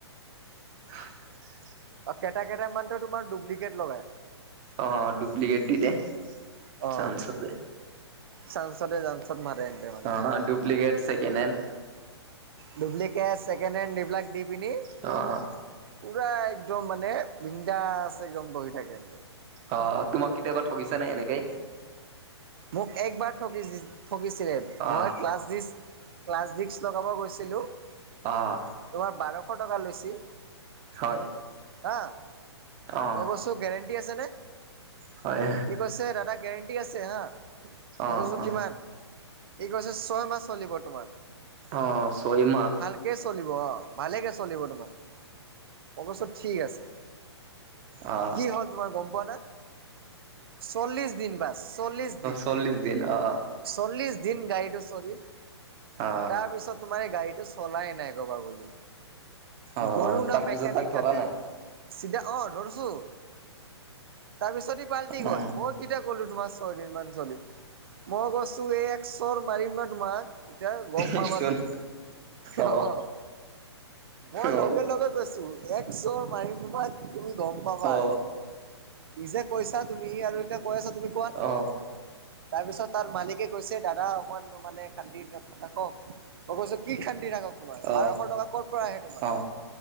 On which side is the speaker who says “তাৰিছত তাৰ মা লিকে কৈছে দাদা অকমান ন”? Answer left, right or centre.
Right